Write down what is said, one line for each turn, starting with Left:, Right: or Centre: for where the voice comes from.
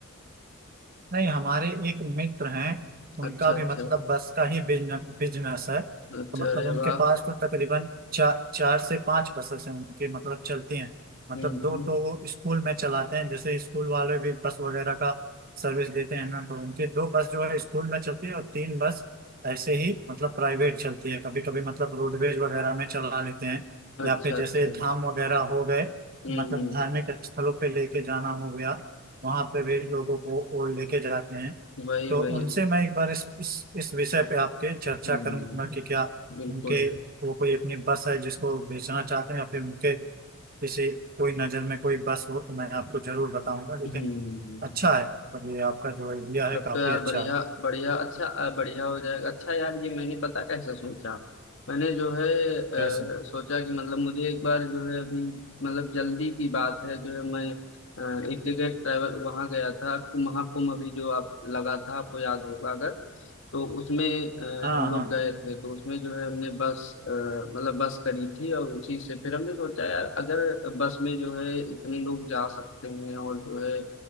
Right: नहीं हमारे एक मित्र हैं उनका
Left: अच्छा
Right: भी
Left: अच्छा
Right: मतलब बस का ही बिजनेस बिजनेस है तो
Left: अच्छा
Right: मतलब
Left: अरे
Right: उनके
Left: वाह
Right: पास तो तकरीबन चार चार से पांच बसेस हैं उनकी मतलब चलती हैं मतलब
Left: हम्म
Right: दो
Left: हम्म
Right: तो वो स्कूल में चलाते हैं जैसे स्कूल वाले भी बस वगैरह का सर्विस देते हैं ना तो उनके दो बस जो है स्कूल में चलती है और तीन बस ऐसे ही मतलब प्राइवेट चलती है कभी कभी मतलब रोडवेज वगैरह में चला लेते हैं
Left: अच्छा
Right: या फिर जैसे
Left: अच्छा हम्म
Right: धाम वगैरह हो गए
Left: हम्म
Right: मतलब धार्मिक स्थलों पे लेके जाना हो गया वहाँ पे भी लोगों को वो लेके जाते हैं
Left: हम्म। वही
Right: तो
Left: वही
Right: उनसे मैं एक बार इस इस, इस विषय पे आपके चर्चा
Left: हम्म
Right: करूंगा कि क्या
Left: बिल्कुल
Right: उनके वो कोई अपनी बस है जिसको बेचना चाहते हैं या फिर उनके किसी कोई नज़र में कोई बस हो तो मैं आपको जरूर बताऊंगा लेकिन
Left: हम्म
Right: अच्छा है सब ये आपका जो आइडिया है
Left: तब
Right: काफी
Left: तो यार
Right: अच्छा
Left: बढ़िया
Right: है
Left: बढ़िया अच्छा अ, बढ़िया हो जाएगा अच्छा यार ये मैंने पता कैसे सोचा मैंने जो है अ,
Right: कैसे
Left: सोचा कि मतलब मुझे एक बार जो है अभी मतलब जल्दी की बात है जो है मैं अ, एक जगह ट्रैवल वहाँ गया था कुंभ- महाकुंभ अभी जो आप लगा था आपको याद होगा अगर तो उसमें अ,
Right: हाँ
Left: हम लोग
Right: हाँ
Left: गए थे तो उसमें जो है हमने बस अ, मतलब बस करी थी और उसी से फिर हमने सोचा यार अगर बस में जो है इतने लोग जा सकते हैं और जो है अ,